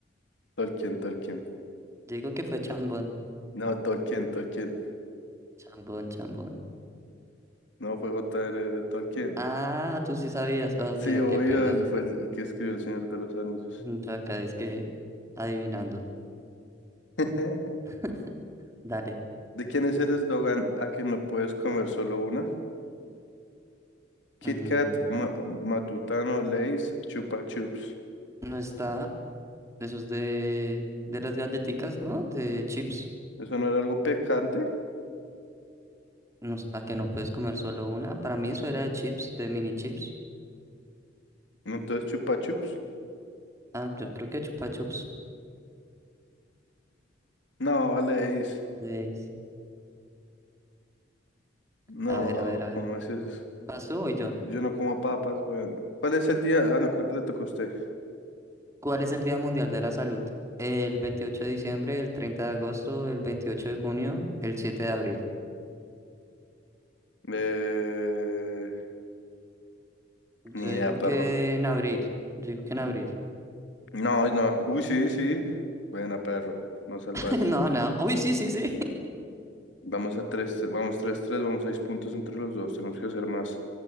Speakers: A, on the left; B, on the right.
A: Tolkien, Tolkien.
B: Yo digo que fue Chambon,
A: No, Tolkien, Tolkien.
B: Chambon, Chambon.
A: No fue J.R.R. Tolkien.
B: Ah, tú sí sabías. Ah, Ok,
A: Sí, obvio,
B: ok, perdón.
A: él fue el el que escribió El Señor de los Anillos.
B: Mm, Yo acá es que adivinando.
A: <laughs>
B: <laughs> Dale.
A: ¿De quién es el eslogan a que no puedes comer solo una? Kit
B: Mm,
A: Kat, Ma- Matutano, Lays, Chupa Chups.
B: no está. Eso es de, de las galletitas, ¿no? De chips.
A: ¿Eso no era algo picante?
B: No, s- a que no puedes comer solo una. Para mí eso era de chips, de mini chips.
A: Entonces, Chupa Chups.
B: Ah, yo creo que chupa chups.
A: No, Lays.
B: Veis.
A: No,
B: A ver, a ver, a ver.
A: ¿cómo es eso?
B: ¿Vas tú o voy yo?
A: Yo no como papas, güey. ¿Cuál es el día? Ah, no, creo que le toca a usted.
B: ¿Cuál es el Día Mundial de la Salud? ¿El veintiocho de diciembre, el 30 de agosto, el 28 de junio, el siete de abril?
A: Eh...
B: Yo
A: Ni idea,
B: digo
A: perro.
B: que en abril. Yo digo que en abril.
A: No, no. Uy, sí, sí. Buena, perro. Nos salvaste.
B: <laughs> No, no. Uy, sí, sí, sí. <laughs>
A: Vamos a 3. vamos tres tres. vamos 6 puntos entre los dos. Tenemos que hacer más.